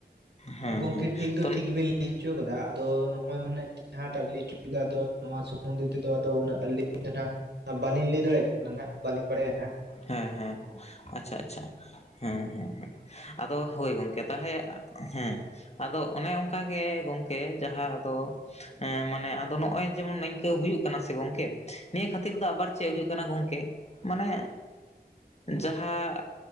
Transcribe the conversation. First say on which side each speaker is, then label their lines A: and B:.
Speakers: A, on the left; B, on the right.
A: ᱦᱮᱸ
B: ᱜᱚᱝᱠᱮ
A: ᱦᱮᱸ
B: ᱴᱷᱤᱠ ᱫᱚ
A: ᱛᱚ
B: ᱴᱷᱤᱠ ᱵᱤᱱ ᱞᱟᱹᱭ ᱚᱪᱚ ᱠᱟᱫᱟ ᱟᱫᱚ ᱱᱚᱜ-ᱚᱭ ᱢᱟᱱᱮ ᱡᱟᱦᱟ ᱴᱟᱜ ᱵᱤᱱ ᱞᱟᱹᱭ ᱚᱪᱚ <inaudible> ᱟᱫᱚ ᱱᱚᱣᱟ ᱥᱚᱢᱢᱚᱱᱫᱷᱮ ᱛᱮ ᱫᱚ ᱟᱫᱚ ᱩᱱᱟᱜ ᱟᱹᱞᱤᱧ ᱫᱚ ᱱᱟᱜ ᱵᱟᱞᱤᱧ ᱞᱟᱹᱭ ᱫᱟᱲᱮᱜ ᱱᱟᱜᱟᱜ ᱵᱟᱞᱤᱝ ᱵᱟᱲᱟᱭᱟ ᱦᱟᱸᱜ᱾
A: ᱦᱮᱸ ᱦᱮᱸ ᱟᱪᱪᱷᱟ ᱟᱪᱪᱷᱟ ᱦᱮᱸ ᱦᱮᱸ ᱦᱮᱸ ᱟᱫᱚ ᱦᱳᱭ ᱜᱚᱝᱠᱮ ᱛᱟᱦᱞᱮ ᱦᱮᱸ ᱟᱫᱚ ᱚᱱᱮ ᱚᱝᱠᱟᱜᱮ ᱜᱚᱝᱠᱮ ᱡᱟᱦᱟᱸ ᱟᱫᱚ ᱮᱸ ᱢᱟᱱᱮ ᱟᱫᱚ ᱱᱚᱜᱼᱚᱭ ᱡᱮᱢᱚᱱ ᱤᱱᱠᱟᱹ ᱦᱩᱭᱩᱜ ᱠᱟᱱᱟ ᱥᱮ ᱜᱚᱝᱠᱮ ᱱᱤᱭᱟᱹ ᱠᱷᱟᱹᱛᱤᱨ ᱫᱚ ᱟᱵᱟᱨ ᱪᱮᱜ ᱦᱩᱭᱩᱜ ᱠᱟᱱᱟ ᱜᱚᱝᱠᱮ ᱢᱟᱱᱮ ᱡᱟᱦᱟᱸ